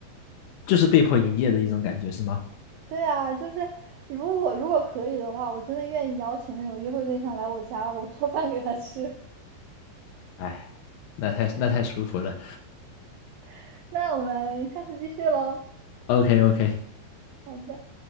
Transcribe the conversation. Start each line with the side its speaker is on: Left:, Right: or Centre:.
Left: 就是被迫营业的一种感觉是吗？
Right: 对啊，就是如果如果可以的话，我真的愿意邀请那种约会对象来我家，我做饭给他吃。
Left: 哎，那太那太舒服了。
Right: <laughs> 那我们下次继续喽。
Left: OK OK，
Right: 好的。